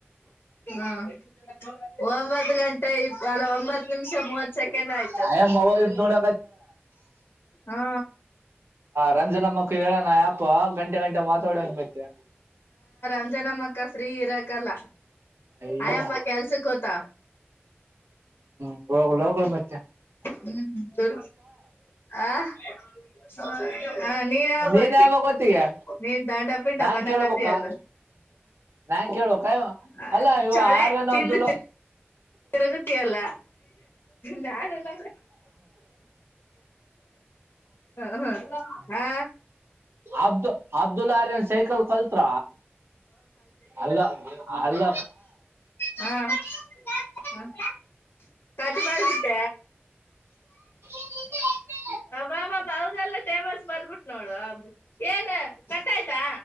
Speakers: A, on the left (about 65°); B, on the right (about 70°).
A: ಹ್ಮ ಒಂಬತ್ ಗಂಟೆ ಅಲ ಒಂಬತ್ತು ನಿಮಿಷ ಮೂವತ್ ಸೆಕೆಂಡ್ ಆಯ್ತು
B: ಅಯ್ಯ ಮೊಬೈಲ್ ತೋಡ
A: ಹಾ
B: ರಂಜನ ಮಕ್ಕಳು ಹೇಳೋಣ ಯಪ ಗಂಟೆ ಗಂಟೆ ಮಾತಾಡಂತ ಮತ್ತೆ
A: ಒಂದ ಜನ ಅಕ್ಕ ಫ್ರೀ ಇರಕಲ್ಲ
B: ಅಯ್ಯ
A: ಆಯಮ್ಮ ಕೆಲ್ಸಕ್ಕ ಗೋತ
B: ಹೋಗೋಗಲೋಗ ಮೆ
A: ಹ್ಮ್ ತ ಆ ಹ ಹ ನೀರಾಗತಿ
B: ನೀನ್ ಯಾವಾಗ ಗೊತ್ತಿಗೆ
A: ನೀನ್ ದಾಡ ಪೀಠ
B: ನಾನ್
A: ಮನ
B: ಕೇಳ್ಬೇಕಾ
A: ಕದಿಯಲ್ಲ
B: ನಾ ಕೇಳ್ಬೇಕಾ ಇವ
A: ಹ
B: ಅಲ್ಲ ಇವ
A: ಚಳೆ
B: ಆರ್ಯನ್
A: ತಿಂದು
B: ಅಬ್ದುಲ್
A: ತರಗತಿಯಲ್ಲ ನಾನಲ್ಲ ಹ ಹ್ಮ ಹಾ
B: ಅಬ್್ದು ಅಬ್ದುಲ್ಲ ಆ ರೇ ಸೈಕಲ್ ಕಲ್ತ್ರ ಅಲ್ಲ ಅಲ್ಲ
A: ಹ್ಮ ಹ್ಮ್ ಹ್ಮ ಕತ್ತಿ ಮಾಡಾರಬಟ್ಟ
B: ಹೌ
A: ಅಬ್ಬಾಬ ಅವದೆಲ್ಲ ಟೇಬಲ್ಸ್ ಬರ್ಬಿಟ್ ನೋಡು ಅ ಏನ್ ಕಟ್ಟ ಆಾಯ್ತಾ